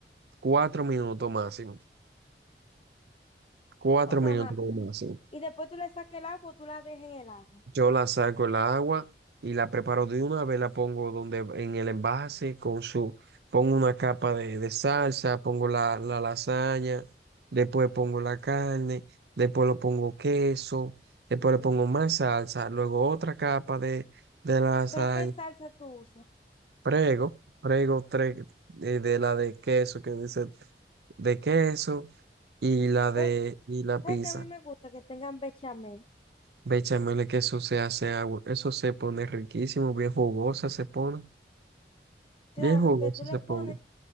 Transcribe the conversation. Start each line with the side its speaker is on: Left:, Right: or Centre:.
Right: cuatro minutos máximo. Cuatro
Left: o sea,
Right: minutos
Left: nada.
Right: como máximo.
Left: Y después tú le sacas el agua, o tú la dejas en el agua.
Right: Yo la saco el agua y la preparo de una vez, la pongo donde en el envase con su, pongo una capa de, de salsa, pongo la, la lasaña, después pongo la carne, después lo pongo queso, después le pongo más salsa, luego otra capa de, de lasaña,
Left: Pero ¿qué salsa tú usas?
Right: prego, prego tres, eh, de la de queso que dice de queso y la de
Left: Pues,
Right: y la
Left: ¿sabes
Right: pizza.
Left: que a mí me gusta que tengan bechamel?
Right: Ve, Chaimele, que eso se hace agua, eso se pone riquísimo, bien jugosa se pone,
Left: Claro,
Right: bien jugosa
Left: que tú le
Right: se pone.
Left: pones...